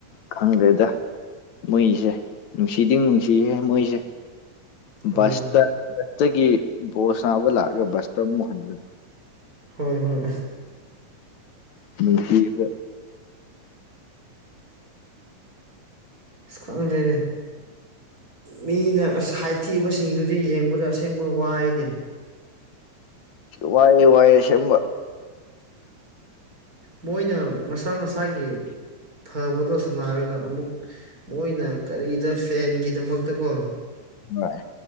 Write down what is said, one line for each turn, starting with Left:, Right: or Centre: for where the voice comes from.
Left: ꯈꯪꯗ꯭ꯔꯦꯗ ꯃꯣꯏꯁꯦ ꯅꯨꯡꯁꯤꯗꯤ ꯅꯨꯡꯁꯤꯍꯦ ꯃꯣꯏꯁꯦ
Right: ꯎꯝ
Left: ꯕꯁꯇ ꯕꯁꯇꯒꯤ ꯕꯣꯜ ꯁꯟꯅꯥꯕ ꯂꯥꯛꯑꯒ ꯕꯁꯇ ꯑꯃꯨꯛ ꯍꯟꯕ
Right: ꯍꯣꯏ ꯍꯣꯏ
Left: <unintelligible>
Right: ꯏꯁ ꯈꯪꯗꯦꯅꯤ ꯃꯤꯅ ꯑꯁ ꯍꯥꯏꯊꯤꯕꯁꯤꯡꯗꯨꯗꯤ ꯌꯦꯡꯕꯗ ꯑꯁꯦꯡꯕ ꯋꯥꯏꯅꯤ
Left: ꯋꯥꯏꯌꯦ ꯋꯥꯏꯌꯦ ꯁꯦꯡꯕꯥ
Right: ꯃꯣꯏꯅ ꯃꯁꯥ ꯃꯁꯥꯒꯤ ꯐꯕꯗꯣ ꯁꯥꯟꯅꯔꯒ ꯑꯃꯨꯛ ꯃꯣꯏꯅ ꯀꯔꯤꯗ ꯄꯦꯟꯒꯤꯗꯃꯛꯇꯀꯣ
Left: ꯍꯣꯏ